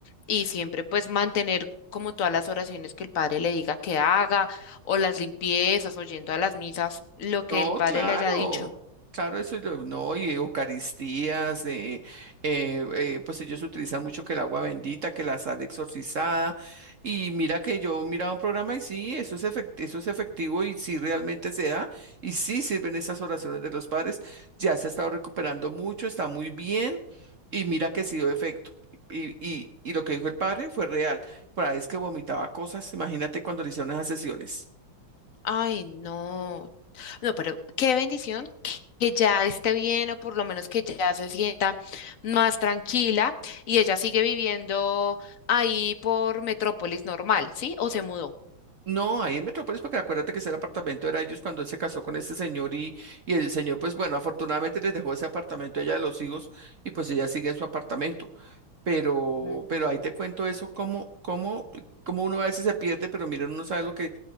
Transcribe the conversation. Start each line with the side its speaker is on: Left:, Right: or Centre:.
Left: y siempre pues mantener como todas las oraciones que el padre le diga que haga o las limpiezas, o yendo a las misas, lo que
Right: No,
Left: el padre
Right: claro,
Left: le haya dicho.
Right: claro, eso es lo- no, y Eucaristías, eh, eh, eh, pues ellos utilizan mucho que el agua bendita, que la sal exorcizada, y mira que yo miraba un programa y sí, eso es efectivo, eso es efectivo y sí realmente se da, y sí sirven esas oraciones de los padres, ya se ha estado recuperando mucho, está muy bien, y mira que sí dio efecto. Y, y, y lo que dijo el padre fue real, por ahí es que vomitaba cosas, imagínate cuando le hicieron esas sesiones.
Left: Ay, no. No, pero qué bendición que que ya esté bien o por lo menos que ya se sienta más tranquila y ella sigue viviendo ahí por Metrópolis normal, ¿sí? ¿O se mudó?
Right: No, ahí en Metrópolis, porque acuérdate que ese apartamento era de ellos cuando él se casó con este señor y, y el señor, pues bueno, afortunadamente les dejó ese apartamento a ella de los hijos y pues ella sigue en su apartamento. Pero,
Left: Mm.
Right: pero ahí te cuento eso, cómo, cómo, cómo uno a veces se pierde, pero mira, uno no sabe lo que